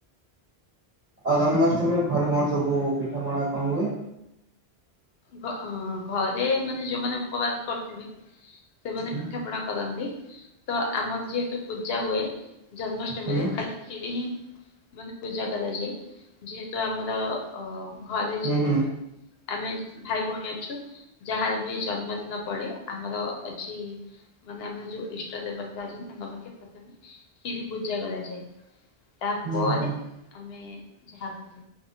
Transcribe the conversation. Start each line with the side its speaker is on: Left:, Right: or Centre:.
Right: ଆଉ ଜନ୍ମାଷ୍ଟମୀରେ ଘରେ କଣ ସବୁ ପିଠା ପଣା କଣ ହୁଏ।
Left: ହ ଘରେ ମାନେ ଯୋଉମାନେ ଉପବାସ କରଥିବେ ସେମାନେ
Right: ହୁଁ
Left: ପିଠା ପଣା କରନ୍ତି ତ ଆମର ଯେହେତୁ ପୂଜା ହୁଏ ଜନ୍ମାଷ୍ଟମୀରେ
Right: ହୁଁ
Left: ଖାଲି କ୍ଷୀରି ହିଁ ମାନେ ପୂଜା କରାଯାଏ ଯେହେତୁ ଆମର ଅ ଘରେ ଯେତିକି
Right: ହୁଁ ହୁଁ
Left: ମାନେ ଆମେ ଭାଇ ଭଉଣୀ ଅଛୁ ଯାହାର ବି ଜନ୍ମଦିନ ପଡେ ଆମର ଅଛି ମାନେ ଆମର ଯୋଉ ଇଷ୍ଟ ଦେବତା ଅ ତାଙ୍କ ମେ ପ୍ରଥମେ କ୍ଷରି ପୂଜା କରାଯାଏ ତାପରେ
Right: ହୁଁ ହୁଁ।
Left: ଆମେ ଯାହା କରୁ